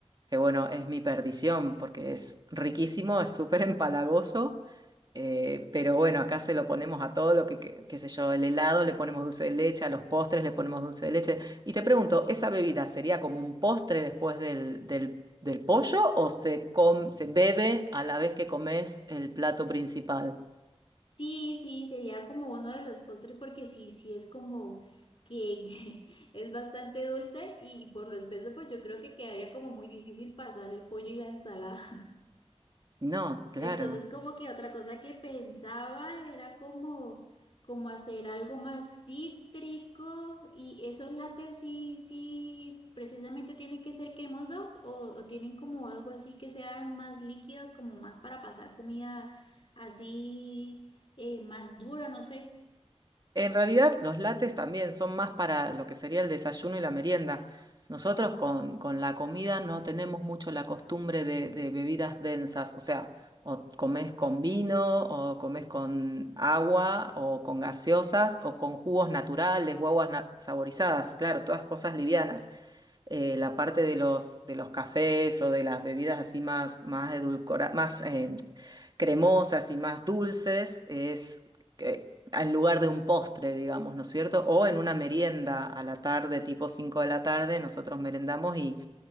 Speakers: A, on the right; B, on the left.
A: que bueno, es mi perdición porque es riquísimo, es súper empalagoso, eh, pero bueno, acá se lo ponemos a todo lo que, que- qué sé yo, el helado le ponemos dulce de leche, a los postres le ponemos dulce de leche. Y te pregunto, ¿esa bebida sería como un postre después del, del, del pollo o se, com- se bebe a la vez que comes el plato principal?
B: Sí, sí, sería como uno de los postres porque sí, sí es como que, que <laughs> es bastante dulce y por lo espeso, pues yo creo que quedaría como muy difícil pasar el pollo y la ensalada.
A: No, claro.
B: Entonces, como que otra cosa que pensaba era como, como hacer algo más cítrico y esos lates sí, sí, precisamente tienen que ser cremosos o, o tienen como algo así que sean más líquidos, como más para pasar comida así eh, más dura, no sé.
A: En realidad, los lates también son más para lo que sería el desayuno y la merienda. Nosotros con, con la comida no tenemos mucho la costumbre de, de bebidas densas, o sea, o comes con vino, o comes con agua, o con gaseosas, o con jugos naturales o aguas na- saborizadas, claro, todas cosas livianas eh, la parte de los, de los cafés o de las bebidas así más, más edulcora- más eh, cremosas y más dulces, es que- en lugar de un postre, digamos, ¿no es cierto? O en una merienda a la tarde, tipo 5 de la tarde, nosotros merendamos y